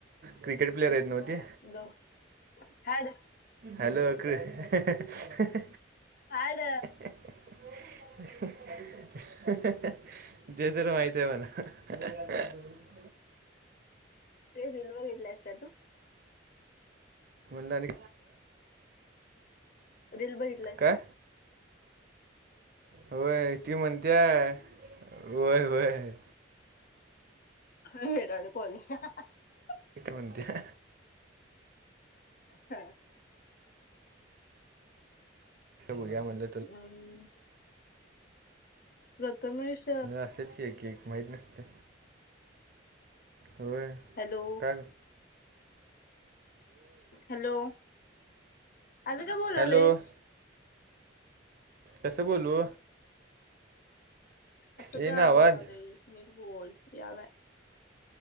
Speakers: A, on the right; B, on the left.
A: क्रिकेट प्लेयर आहेत ना ते
B: दो हाड
A: हॅलो. ह.
B: हड.
A: <unintelligible> ते तर माहित आहे मला
B: तेज दिलोग इितलायस तू?
A: म्हण.
B: रेल बघितलंच
A: काय
B: का?
A: होय ती म्हणतेय होय होय.
B: मरान कोलीया. ह
A: ती म्हणत्या
B: हा.
A: बया म्हणज
B: हम् रतमेश
A: असतच की एक माहीत नसते. हो
B: हॅलो
A: का?
B: हॅलो आजं का बोोललास?
A: हॅलो कसं बोलू?
B: असं
A: ये
B: का
A: ना आवाज
B: बोलालंय स्मित बोल यालाय.